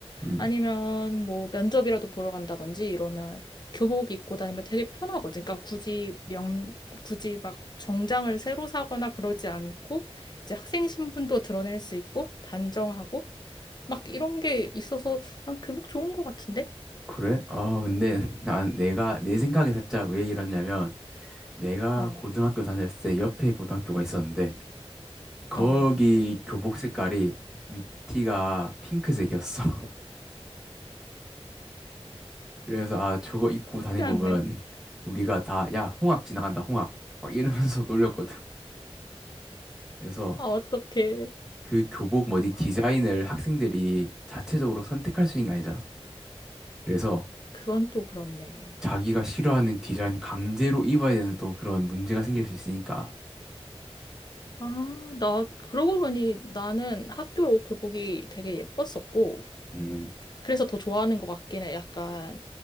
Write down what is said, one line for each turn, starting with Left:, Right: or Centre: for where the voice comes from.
Centre: 음.
Left: 아니면 뭐 면접이라도 보러 간다든지 이러면 교복 입고 다니면 되게 편하거든. 그러니까 굳이 명, 굳이 막 정장을 새로 사거나 그러지 않고 이제 학생 신분도 드러낼 수 있고 단정하고 막 이런 게 있어서 난 교복 좋은 것 같은데?
Centre: 그래? 아, 근데 <laughs> 난 내가 내 생각에 살짝 왜 이러냐면 내가
Left: 어,
Centre: 고등학교 다닐 때 옆에 고등학교가 있었는데 거기
Left: 어,
Centre: 교복 색깔이 밑티가 핑크색이었어. <laughs> 그래서 아, 저거 입고 다니고
Left: 쉽지 않네.
Centre: 보면 <laughs> 우리가 다 야, 홍학 지나간다, 홍학. 막 이러면서 <laughs> 놀렸거든. 그래서
Left: 아, 어떡해.
Centre: 그 교복 뭐지 디자인을
Left: 아,
Centre: 학생들이 자체적으로 선택할 수 있는 게 아니잖아. 그래서
Left: 그건 또 그렇네.
Centre: 자기가 싫어하는 디자인 강제로 입어야 되는 또 그런 문제가 생길 수 있으니까.
Left: 아, 나, 그러고 보니 나는 학교 교복이 되게 예뻤었고,
Centre: 음.
Left: 그래서 더 좋아하는 것 같긴 해. 약간